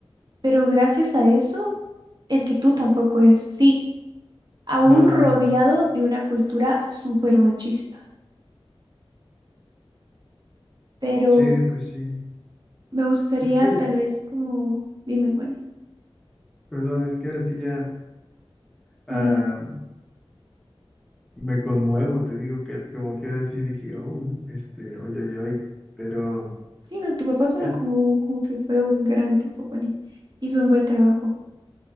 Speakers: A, on the right; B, in the centre.
A: pero gracias a eso, el que tú tampoco eres, sí, aún
B: No,
A: rodeado de una cultura súper machista. Pero
B: sí, pues sí.
A: Me gustaría
B: Es que,
A: tal vez como, dime, Juani.
B: perdón, es que ahora sí ya ah,
A: dale, dale.
B: me conmuevo, te digo que como que ahora sí dije, oh, este, oye, oye, oye, pero
A: Sí, no, tu papá suena
B: es,
A: como, como que fue un gran tipo, Juani. Hizo un buen trabajo.